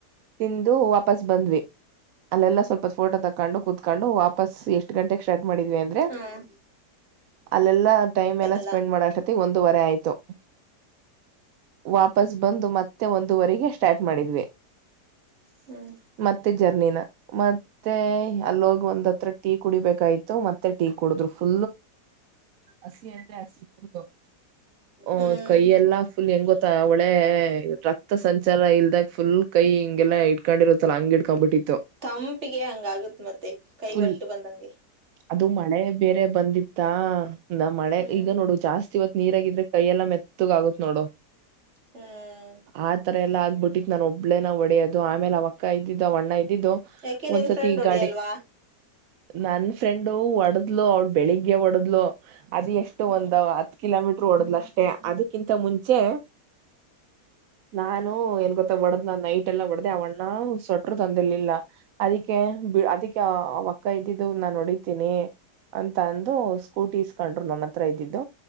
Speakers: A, on the right (about 65°); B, on the right (about 40°).
A: ತಿಂದು ವಾಪಸ್ ಬಂದ್ವಿ ಅಲ್ಲೆಲ್ಲ ಸ್ವಲ್ಪ ಫೋಟೋ ತಕ್ಕೊಂಡು ಕೂತ್ಕೊಂಡು ವಾಪಸ್ ಎಷ್ಟು ಗಂಟೆಗೆ ಸ್ಟರ್ಟ್ ಮಾಡಿದೀವಿ ಅಂದ್ರೆ
B: ಹ್ಮ್
A: ಅಲ್ಲೆಲ್ಲಾ ಟೈಮ್ ಎಲ್ಲ
B: ಅದಲ್ಲ
A: ಸ್ಪೆಂಡ್ ಮಾಡತಿ ಒಂದುವರೆ ಆಯ್ತು ವಾಪಸ್ ಬಂದು ಮತ್ತೆ ಒಂದುವರೆಗೆ ಸ್ಟಾರ್ಟ್ ಮಾಡಿದ್ವೆ
B: ಹ್ಮ್
A: ಮತ್ತೆ ಜರ್ನಿನ ಮತ್ತೆ ಅಲ್ಲೋಗ ಒಂದ್ತ್ರ ಟಿವ ಕುಡಿಬೇಕಾಯ್ತು ಮತ್ತೆ ಟೀ ಕುಡಿದ್ರು ಫು ಹ ಹ
B: ಹ್ಮ್
A: ಕೈಯ ಎಲ್ಲಾ ಫುಲ್ ಹೆಂಗ ಗೊತ್ತ ಒಳೆ ರಕ್ತ ಸಂಚಾರ ಇಲ್ದಾಗ ಫುಲ್ ಕೈ ಹಂಗೆಲ್ಲ ಇಕೊಂಡಿರುತ್ತಲ್ಲ ಹಂಗ್ ಇಟ್ಕೊ್ ಬಿಟ್ಟತ್ತು
B: ತಂಪಿಗೆ ಹಂಗ ಆಗತ್ ಮತ್ತೆ ಕೈ
A: ಫುಲ್
B: ಒಟ್ಟು ಬಂದಂಗೆ
A: ಅದು ಮಳೆ ಬೇರೆ ಬಂದಿತ್ತಾ ನ ಮಳೆ
B: ಹ್ಮ್
A: ಈಗ ನೋಡು ಜಾಸ್ತಿ ಇತ್ತು ನೀರಗಿದ್ರೆ ಕೈಯ ಎಲ್ಲ ಮೆತ್ತಗ ಆಗತ್ ನೋಡು
B: ಹ್ಮ್
A: ಆ ತರ ಎಲ್ಲ ಬ ಬಿಟ್ಟಿತ್ ನಾನನ್ ಒಬ್ಳೇನ ಒಡೆಯೋದು ಆಮೇಲೆ ಅವಕ್ಕ ಇದ್ದಿದ್ದ ಅವಣ್ಣಯ್ ಇದು
B: ಯಾಕೆ ನಿನ್
A: ಒಂದ್ಸತಿ
B: ಫ್ರೆಂಡ್
A: ಈ
B: ಹೊಡಿಯಲ್ವಾ
A: ಗಾಡಿ ನನ್ ಫ್ರೆಂಡು ಒಡದ್ಲು ಅವಳ ಬೆಳಿಗ್ಗೆ ಒಡದ್ಲು ಅದು ಎಷ್ಟು
B: ಹ್ಮ್
A: ಒಂದ ಹತ್ ಕಿಲೋಮೀಟರ್ ಓಡದ್ಲಷ್ಟೇ ಅದಕ್ಕಿಂತ ಮುಂಚೆ ನಾನು ಏನ್ ಗೊತ್ತ ಒಡದ್ ನ ನೈಟ್ ಎಲ್ಲ ಒಡ್ದ ಅವ ಹ ಸೊಟ್ರು ತೊಂದಿರ್ಲಿಲ್ಲ ಅದಕ್ಕೆ ಅದಕ್ಕೆ ಕೈ್ದಿದ್ದು ನಾ ಹೊಡಿತೀನಿ ಅಂತ ಅಂದು ಸ್ಕೂಟಿ ಇಸ್ಕೊಂಡ್ರು ನನ್ನ ಹತ್ರ ಇದ್ದಿದ್ದು